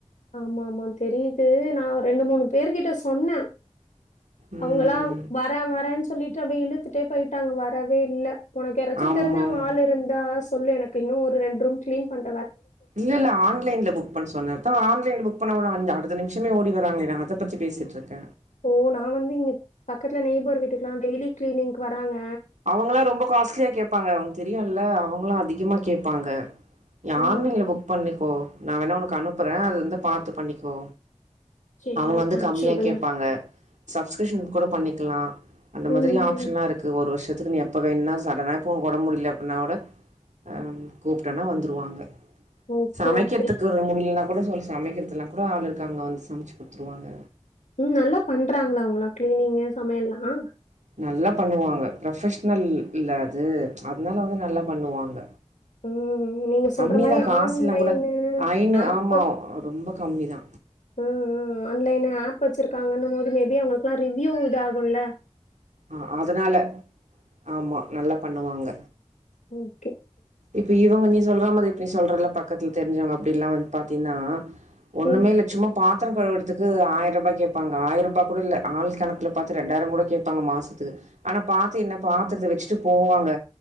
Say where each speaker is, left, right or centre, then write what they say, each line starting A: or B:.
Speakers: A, on the left; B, on the right.
A: ஆமா ஆமா தெரியுது நான் ரெண்டு மூணு பேருக்கிட்ட சொன்னா
B: ம்
A: அவங்கெல்லா வர்ற வர்ற சொ சொல்லிட்டு அப்டியே இழுத்துட்டே போயிட்டாங்க வரவே இல்ல உனக்கு யாராச்சு
B: ஆமா
A: தெரிஞ்சவங்க
B: ஆமா
A: ஆள் இருந்தா சொல்லு எனக்கு இன்னு ஒரு ரெண் ரூம் க்ளீன் பண்
B: இல்ல இல்ல ஆன்லைன்ல புக் பண்ண சொன்ன அதா ஆன் லைன் புக் பண்ண ஒன்ன அஞ் அடுத்த நிமிஷமே ஓடி வராங்ளே நா அதப்பத்தி பேசிட்ருக்க
A: ஓ நா வந்து இங்க பக்கத்துல நெய்பர் வீட்டுக்கெல்லா டெய்லி க்ளீனிங்க்கு வர்ராங்க
B: அவங்கெல்லா ரொம்ப காஸ்ட்லியா கேப்பாங்க உன்க்கு தெரியுல்ல அவங்ளா அதிகமா கேப்பாங்க நீ
A: ம்,
B: ஆன்லைன்ல
A: ம்.
B: புக் பண்ணிக்கோ நா வேணா உனக்கு அனுப்புற அத வந்து பாத்துப் பண்ணிக்கோ
A: சரி
B: அவங்க வந்து
A: அனுப்பிச்சு
B: கம்மியா
A: விடுங்க.
B: கேப்பாங்க சப்ஸ்க்ரிப் த்து கூட பண்ணிக்குலா அந்த மாதிரி
A: ம்,
B: ஆப்ஷன்லா
A: ம்.
B: இருக்கு ஒரு வர்ஷ் நீ எப்ப வேண்ணா சடனா இப்போ ஒங் ஒடம்பு முடியில அப்புன்னாக் கூட ஆஹ் ம் கூப்ட்டன்னா வந்துருவாங்க
A: ஓகே,
B: சமைக்கெற்த்துக்கு
A: ஓகே.
B: ரொம் முடியில்னாக் கூட சொல்லு சமைக்கெற்துலா கூட ஆள் இருக்காங்க வந்து சமச்சு குடுத்துடுவாங்க
A: உம் நல்லா பண்றாங்ளா அவுங்களா க்ளீனிங்கு சமையல்லா
B: நல்லா பண்ணுவாங்க ப்ரொஃபஷ்னல்ல அது அத்னால வந்து நல்லா பண்ணுவாங்க
A: ம். நீங்க சொல்ற
B: கம்மிதா
A: மாரி
B: காசுல்லாங்
A: ஆன்லைனு,
B: கூட ஐனு
A: ஆப்
B: ஆமா ரொம்ப கம்மிதா
A: ம் ம் ஆன்லைனு ஆப் வச்சிருக்காங்கன்னம் மே பி அவுங்களுக்குல்லா ரிவ்யூ இதாகுல்ல
B: ஆஹ் அதனால ஆமா நல்லா பண்ணுவாங்க
A: உம்
B: இப்ப இவங்க நீ சொல்ற மாரி இப்ப நீ சொல்றல பக்கத்துல தெரிஞ்சவங்க அப்டில்லா வந்து பாத்தீன்னா ஒன்னுமே
A: ம்.
B: இல்ல சும்மா பாத் த்ரொ கழவற்துக்கு ஆய்ருபா கேப்பாங்க ஆயிருபா கூட இல்ல ஆள் கணக்குல பாத்து ரெண்டாயிரங் கூட கேப்பாங்க மாசத்துக்கு ஆனா பாத்து என்ன பாத்ரத்த வச்சுட்டு போவாங்க